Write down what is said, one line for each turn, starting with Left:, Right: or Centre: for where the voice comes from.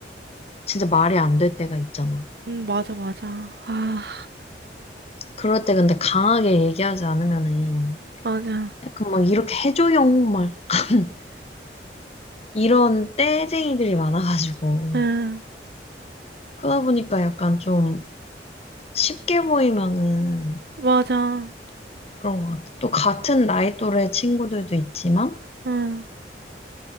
Left: 진짜 말이 안 될 때가 있잖아.
Right: 응, 맞아, 맞아. 아,
Left: 그럴 때 근데 강하게 얘기하지 않으면은
Right: 맞아.
Left: 약간 막 이렇게 해줘용 막 <laughs> 이런 떼쟁이들이 많아가지고
Right: 응,
Left: 그러다 보니까 약간 좀 쉽게 보이면은
Right: 맞아.
Left: 그런 것 같아. 또 같은 나이 또래 친구들도 있지만
Right: 응,